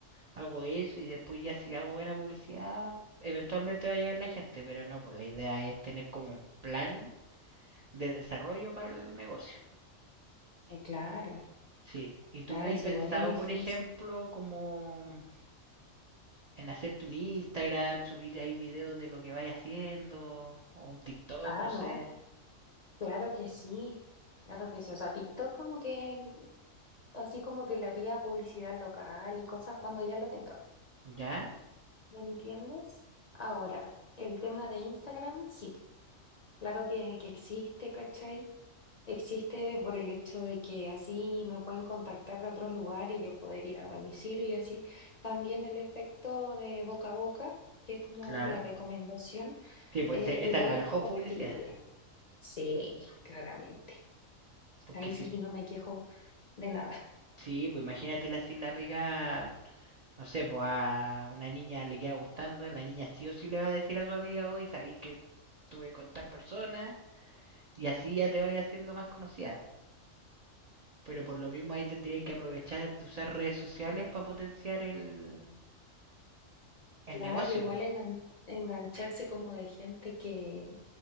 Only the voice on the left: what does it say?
Eh, claro,
claro,
si
igual es difícil.
Ah,
no, Claro que sí, claro que sí. O sea, TikTok como que, así como que le haría publicidad local y cosas cuando ya lo tenga.
¿Me entiendes? Ahora, el tema de Instagram, sí, claro que, que existe, ¿cachai? Existe por el hecho de que así me pueden contactar de otros lugares y yo poder ir a domicilio y así. También el efecto de boca a boca, que es como
la recomendación,
eh,
igual
es
factible.
Sí, claramente.
Ahí
sí no me quejo de nada.
Claro,
igual engan- engancharse como de gente que,